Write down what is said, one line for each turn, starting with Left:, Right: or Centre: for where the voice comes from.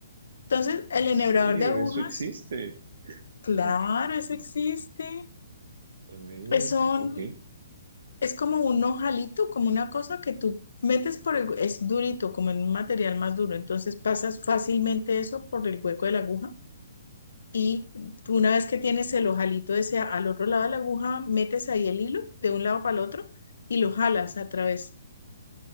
Left: Entonces, el
Right: en
Left: enhebrador
Right: serio,
Left: de agujas,
Right: eso existe.
Left: claro,
Right: Sí.
Left: eso existe.
Right: También,
Left: Es, son,
Right: ok,
Left: es como un ojalito, como una cosa que tú metes por el, hue- es durito, como en un material más duro. Entonces pasas fácilmente eso por el hueco de la aguja Y una vez que tienes el ojalito ese al otro lado de la aguja, metes ahí el hilo de un lado para el otro y lo jalas a través.